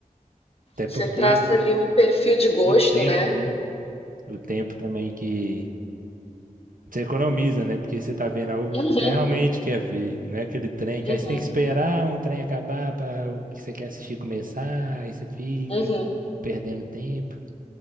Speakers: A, on the right; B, on the left.
A: até porque
B: Você traça
A: o,
B: ali um perfil de gosto,
A: o tempo,
B: né?
A: né? O tempo também que Você economiza, né? Porque você tá vendo algo
B: Uhum,
A: que você realmente quer ver, não é aquele trem que
B: uhum,
A: aí você tem que esperar um trem acabar para o que você quer assistir começar, aí você fica
B: uhum.
A: perdendo tempo.